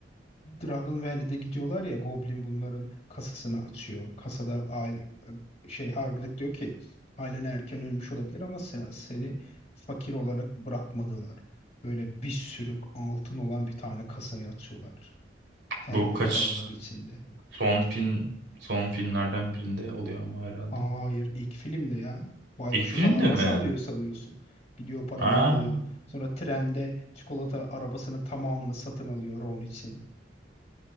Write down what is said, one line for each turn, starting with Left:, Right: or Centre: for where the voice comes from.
Left: Dragon Valley'de gidiyorlar ya Goblin bunların kasasını açıyor. Kasada aile şey Hagrid diyor ki ailen erken ölmüş olabilir ama se- seni fakir olarak bırakmadılar. Böyle bir sürü altın olan bir tane kasayı açıyorlar. Harry'nin
Right: Bu kaç
Left: paraları içinde.
Right: son film son filmlerden birinde oluyor ama herhalde.
Left: Hayır ilk filmde ya. Baykuş'u
Right: İlk filmde
Left: falan nasıl
Right: mi?
Left: alıyor sanıyorsun? Gidiyor paralar
Right: Aa,
Left: alıyor. Sonra trende çikolata arabasının tamamını satın alıyor Ron için.